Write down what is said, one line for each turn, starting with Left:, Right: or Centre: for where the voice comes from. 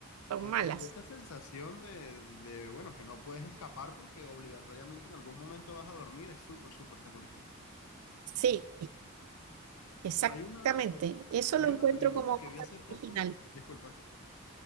Right: Son
Left: eh,
Right: malas.
Left: esa sensación de, de, bueno, que no puedes escapar porque obligatoriamente en algún momento vas a dormir es súper, súper terrorífica.
Right: Sí, exactamente.
Left: Hay una, hay
Right: Eso
Left: hay
Right: lo
Left: una
Right: encuentro
Left: película
Right: como
Left: que
Right: bastante
Left: vi hace poco,
Right: original.
Left: disculpa,